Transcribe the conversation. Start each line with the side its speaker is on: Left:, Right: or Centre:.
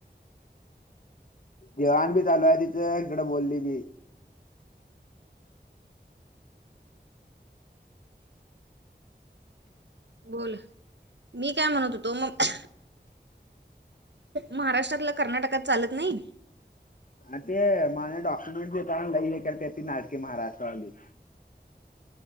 Left: जेवाण बी चालू आहे तिच इकडें बोलली बी
Right: बोल मी काय म्हणत होतो मग महाराष्ट्रातलं कर्नाटकात चालत नाही
Left: अ ते मला डॉक्युमेंट देताना लई लई हे करतेती नाटके महाराष्ट्रवाली